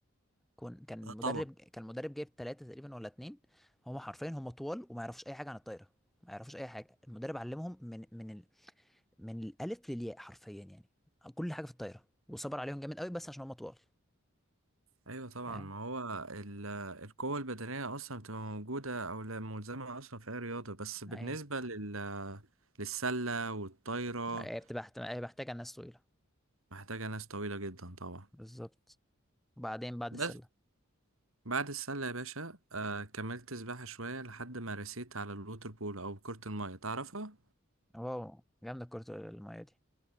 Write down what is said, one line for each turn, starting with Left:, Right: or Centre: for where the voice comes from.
Centre: كون كان
Right: آه
Centre: المدرب
Right: طبعا
Centre: كان المدرب جايب ثلاثة تقريبا ولا اتنين هم حرفيا هم طوال وما يعرفوش أي حاجة عن الطايرة ما يعرفوش أي حاجة المدرب علمهم من من ال... من الألف للياء حرفيا يعني كل حاجة في الطايرة وصبر عليهم جامد قوي بس عشان هم طوال
Right: ايوه طبعا
Centre: فاهم
Right: ما هو ال- القوة البدنية اصلا بتبقى موجودة او لا ملزمة اصلا في اي رياضة بس بالنسبة
Centre: أيوة.
Right: لل... للسلة والطايرة
Centre: هي بتبقى محت- هي محتاجة ناس طويلة
Right: محتاجة ناس طويلة جدا طبعا
Centre: بالظبط وبعدين بعد
Right: بس
Centre: السلة
Right: بعد السلة يا باشا آه كملت سباحة شوية لحد ما رسيت على الووتر بول او كرة المية تعرفها؟
Centre: واو جامدة كرة المية دي